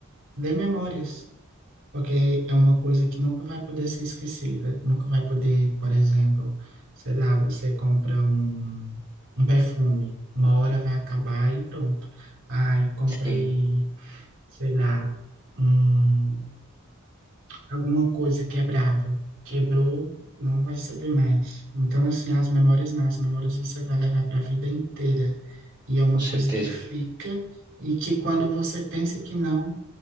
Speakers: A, on the right; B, on the right.
A: dê memórias. Porque é uma coisa que nunca vai poder ser esquecida, nunca vai poder, por exemplo, sei lá, você compra um, um perfume, uma hora vai acabar e pronto. Ai, comprei,
B: Sim,
A: sei lá, um, alguma coisa quebrável. Quebrou, não vai servir mais. Então, assim, as memórias não, as memórias você vai levar para a vida inteira. E é uma
B: com certeza.
A: coisa que fica e que quando você pensa que não.